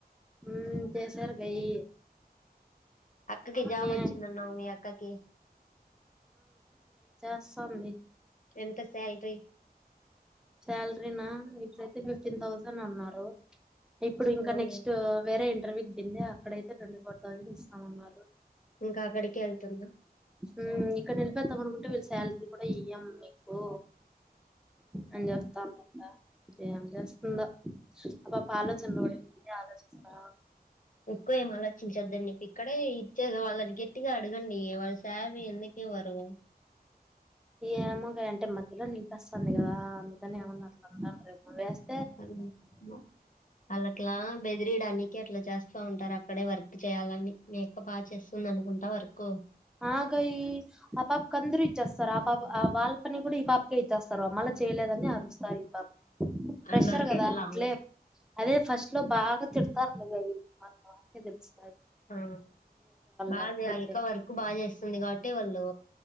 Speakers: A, in the centre; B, on the left (about 55°).
A: ఉ చేసారు గయి
B: అక్కకి జాబ్
A: నే
B: వచ్చిందన్నావు మీ అక్కకి
A: సంది
B: ఎంత సాలిరీ
A: శాలరీనా ఇప్పుడైతే ఫిఫ్టీన్ థౌజండ్ అన్నారు ఇప్పుడు ఇంకా
B: అవును
A: నెక్స్ట్ వేరే ఇంటర్వ్యూ కిందే అక్కడయితే ట్వంటీ ఫోర్ థౌజండ్ ఇస్తామన్నారు
B: ఇంకా అక్కడికి వెళ్తుంద
A: ఉ ఇక్కడ నిలిపెద్దాం అనుకుంటే వీళ్ళు శాలరీ కూడా ఇయ్యం మీకు అని చెప్తాందంట ఏం చేస్తుందో ఆ పాప ఆలోచనలు పడింది ఆలోచిస్తా
B: ఎక్కువ ఏం ఆలోచించద్దని చెప్పి ఇక్కడే ఇచ్చే వాళ్ళనికి వటిగా అడగండి వాళ్లు శాలరీ ఎందుకు ఇవ్వరు
A: ఏమో గయి అంటే మధ్యలో నిలిపేస్తాంది కదా అందుకని ఏమన్నా అట్ల అన్నారు రేపు వేస్
B: అట్లా వాళ్ళట్ల బెదిరియడానికి అట్లా జ స ఉంటారు అక్కడే వర్క్ చేయాలని మీ అక్క బాగా చేస్తుంది అనుకుంటా వర్క్
A: ఆ గయి అ పాపకి అందరూ ఇచ్చేస్తారు ఆ పాప్ ఆ వాళ్పని కూడా ఈ పాపకే ఇచ్చేస్తారు మళ్ళ చేయలేదని అరుస్తారు ఈ పాపకి ప్రెషర్
B: అట్లాంటే
A: కదా
B: ఎట్లా
A: అట్లే అదే ఫస్ట్ లో బాగా తిడతారు గయి అది బాగా తెలుసు
B: ఆ బా
A: లేకపోతే
B: ఆ అక్క వర్క్ బాగా చేస్తుంది కాబట్టి వాళ్ళు